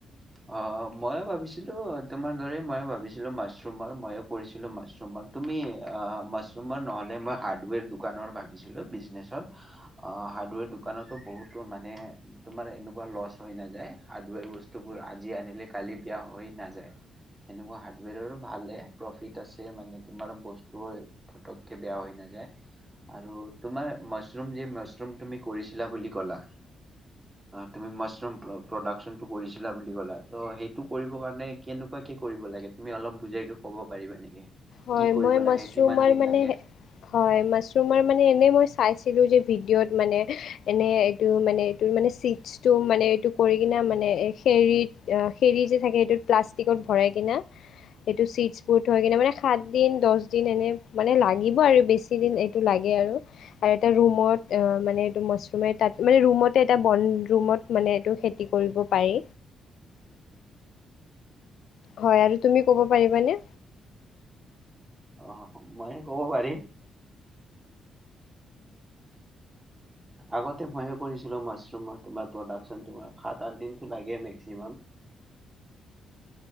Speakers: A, on the right; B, on the left.
A: অ ময়ো ভাবিছিলোঁ তোমাৰ দৰে ময়ো ভাবিছিলোঁ মাছৰুমৰ ময়ো কৰিছিলোঁ মাছৰুমৰ। তুমি মাছৰুমৰ নহ'লে মই হাৰ্ডৱেৰ দোকানৰ ভাবিছিলোঁ বিজনেছত। অ' হাৰ্ডৱেৰ দোকানতো বহুতো মানে তোমাৰ এনেকুৱা লছ হৈ নাযায় হাৰ্ডৱেৰ বস্তু। এইবোৰ আজি আনিলে কালি বেয়া হৈ নাযায়। এনেকুৱা হাৰ্ডৱেৰ ও ভালে প্ৰফিত আছে মানে তোমাৰ বস্তু পতককে বেয়া হৈ নাযায় আৰু তোমাৰ মাছৰুম যে মাছৰুম তুমি কৰিছিলা বুলি কলা অ' তুমি মাছৰুম প্ৰডাকচনটো কৰি - কৰিছিলা বুলি কলা ত' সেইটো কৰিব কাৰণে কেনেকুৱাকে কৰিব লাগে। তুমি অলপ বুজাইকে ক'ব পাৰিবা নেকি।
B: হয়,
A: কি কৰিব
B: মই
A: লাগে
B: মছৰুমৰ
A: কিমান দিন
B: মানে
A: লাগে
B: হয়, মছৰুমৰ মানে এনেই মই চাইছো। ছিলো যে ভিডিঅ'ত মানে এনে এইটো মানে এইটো মানে চিটছটো মানে এইটো কৰি কিনে মানে। খেৰীত হেৰি যে থাকে সেইটোত প্লাষ্টিকত ভৰাই কিনা। এইটো চিটছ বৰ্ড হয় কিনে মানে খা- সাত দিন, দহ দিন এনে মানে লাগিব আৰু বেছি দিন এইটো লাগে আৰু আৰু এটা ৰুমত মানে এইটো মাছৰুমে তাত মানে ৰুমতে এটা বন ৰুমত মানে এইটো খেতি কৰিব পাৰি। হয় আৰু তুমি ক'ব পাৰিবনে?
A: অ' ময়ে ক'ব পাৰিম। আগতে ময়ে কৰিছিলো মছৰুম বা প্ৰডাকচনটো। সাত, আঠদিনতো লাগে মেকচিমাম।